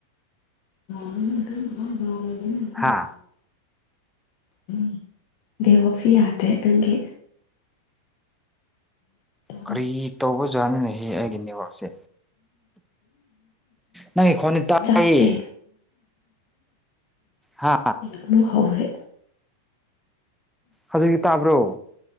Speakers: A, on the left (about 45°); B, in the centre.
A: <unintelligible>
B: ꯍꯥ
A: ꯎꯝ ꯗꯦꯋꯥꯛꯁꯤ ꯌꯥꯗ꯭ꯔꯦ ꯅꯪꯒꯤ ꯑ
B: ꯀꯔꯤ ꯇꯧꯕꯖꯥꯠꯅꯣꯅꯦꯍꯦ ꯑꯩꯒꯤ ꯅꯦꯋꯥꯛꯁꯦ ꯅꯪꯒꯤ ꯈꯣꯟꯗꯤ ꯇꯥꯏꯌꯦ
A: ꯆꯞꯄꯦ
B: ꯍꯥ
A: ꯑꯃꯨꯛ ꯍꯧꯈꯔꯦ
B: ꯍꯧꯖꯤꯛꯇꯤ ꯇꯥꯕ꯭ꯔꯣ